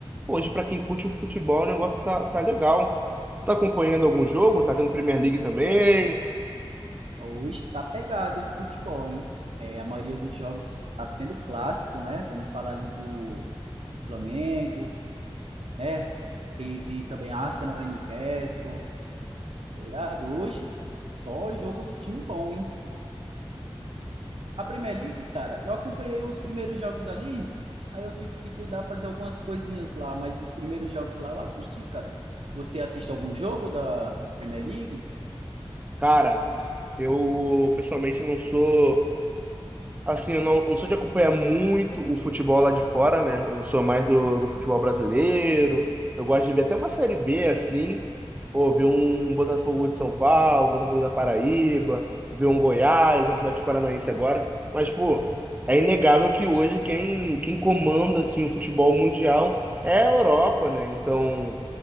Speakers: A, on the right; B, on the right.
A: Hoje, pra quem curte o futebol, o negócio tá, tá legal. Tá acompanhando algum jogo? Tá tendo Premier League também?
B: Hoje tá pegado do futebol, hein? É, a maioria dos jogos tá sendo clássico, né? Vamos falar ali do, do Flamengo, né? Teve também Arsenal e Newcastle, tá ligado? Hoje, só jogo de time bom, hein? A Premier League, cara, eu acompanhei os primeiros jogos ali, aí eu tive que cuidar, fazer algumas coisinhas lá, mas os primeiros jogos lá eu assisti, cara. Você assiste algum jogo da, da Premier League?
A: Cara. Eu, pessoalmente, não sou. Assim, eu não, eu não sou de acompanhar muito o futebol lá de fora, né? Eu sou mais do, do futebol brasileiro. Eu gosto de ver até uma série B, assim. Pô, ver um Botafogo de São Paulo, Botafogo da Paraíba, ver um Goiás, um Atlético Paranaense agora. Mas, pô, é inegável que hoje quem, quem comanda, assim, o futebol mundial é a Europa, né? Então,